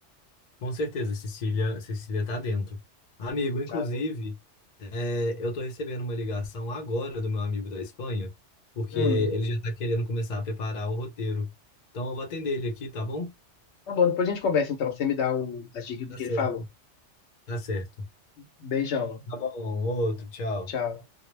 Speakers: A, on the left; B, on the left.
A: Com certeza, Cecília, Cecília tá dentro. Amigo, inclusive,
B: sabe?
A: é, eu tô recebendo uma ligação agora do meu amigo da Espanha, porque
B: Hum.
A: ele já tá querendo começar a preparar o roteiro. Então eu vou atender ele aqui, tá bom?
B: Tá bom, depois a gente conversa então. Você me dá o- as dicas do
A: Tá
B: que
A: certo.
B: ele falou.
A: Tá certo.
B: Beijão.
A: Tá bom, outro, tchau.
B: Tchau.